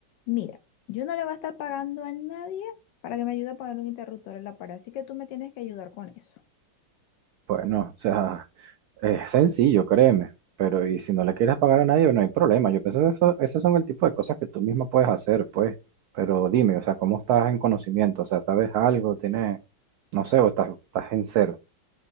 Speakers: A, on the left; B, on the right.
A: Mira, yo no le voy a estar pagando a nadie para que me ayude a pagar un interruptor en la pared, así que tú me tienes que ayudar con eso.
B: Bueno, o sea, es sencillo, créeme, pero y si no le quieres pagar a nadie, no hay problema. Yo pienso que eso, esos son el tipo de cosas que tú misma puedes hacer, pues. Pero dime, o sea, ¿cómo estás en conocimiento? O sea, ¿sabes algo? ¿Tienes, no sé, o estás, estás en cero?